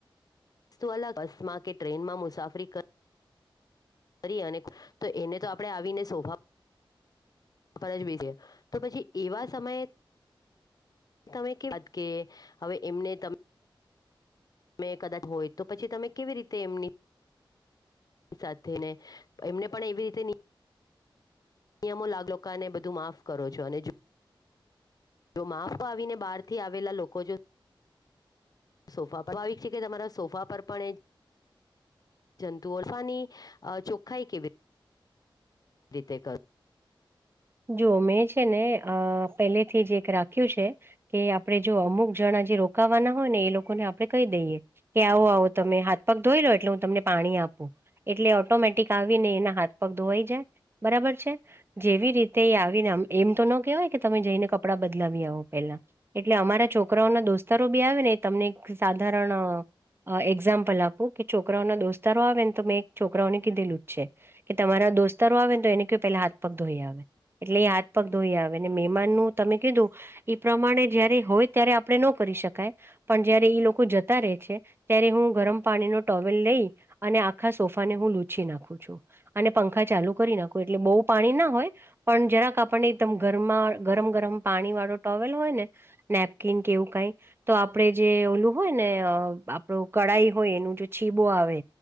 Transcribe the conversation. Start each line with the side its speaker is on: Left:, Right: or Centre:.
Left: સ્તુ બસ માં કે ટ્રેનમાં મુસાફરી કરી કરીએ અને તો એને તો આપણે આવીને શોભા જ કર ઙબી છે તો પછી એવા સમયે તમે કે વાત કે હવે એમને ત તમે કદાચ હોય તો પછી તમે કેવી રીતે એમની સાથે ને એમને પણ એવી રીતે નિયમો લાગલોકાને બધું માફ કરો છો અને જો જો માફ પાીને બહાર થી આવેલા લોકો જો સોફા પર ભાવિક છે કે તમારા સોફા પર પણ એ જંતુ અરફાની ચોખ્ખાઈ કેવી રીતે કર
Right: જો મેં છે ને અ પહેલેથી જે એક રાખ્યું છે કે આપણે જો અમુક જણા જે રોકાવાના હોય ને એ લોકોને આપણે કહી દઈએ કે આવો આવો તમે હાથ પગ ધોઈ લો એટલે હું તમને પાણી આપું એટલે ઓટોમેટિક આવીને એના હાથ પગ ધોવાઈ જાય બરાબર છે જેવી રીતે તે આવીને એમ તો ન કેહેવાય કે તમે જઈને કપડાં બદલાવી આવો પેલા એટલે અમારા છોકરાઓના દોસ્તારો બી આવે ને તમને એક સાધારણ એક્ઝામ્પલ આપું કે છોકરાઓના દોસ્તારો આવે ને તો મેં એક છોકરાઓને કીધેલું જ છે કે તમારા દોસ્તારો આવે ને તો એને કો પેલા હાથ પગ ધોઈ આવે એટલે એ હાથ પગ ધોઈ આવે ને મહેમાનનું તમે કીધું એ પ્રમાણે જયારે હોય ત્યારે આપણે ન કરી શકાય. પણ જયારે ઈ લોકો જતા રહે છે, ત્યારે હું ગરમ પાણી ન ટોવેલ લઈ અને આખા સોફા ને હું લૂચી નાખું છું. અને પંખા ચાલુ કરી નાખો એટલે બહુ પાણી ના હોય. પણ જરાક આપણને એકદમ ગરમાં ગરમ ગરમ પાણી વાળો ટોવેલ હોય ને નેપકીન કેવું કઈ તો આપણેે જે ઓલું હોય ને આપણું કળાઈ હોય એનું જો છીબો આવે